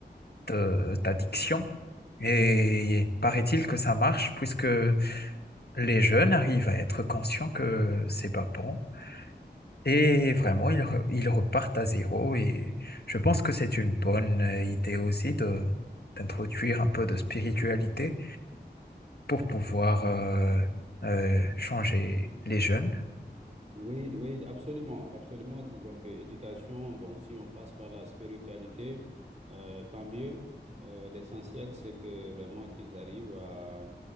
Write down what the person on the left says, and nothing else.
de- d'addiction. Et paraît-il que ça marche, puisque les jeunes arrivent à être conscients que c'est pas bon et vraiment ils, re- ils repartent à zéro et je pense que c'est une bonne euh, idée aussi de d'introduire un peu de spiritualité pour
pouvoir euh, euh, changer les jeunes.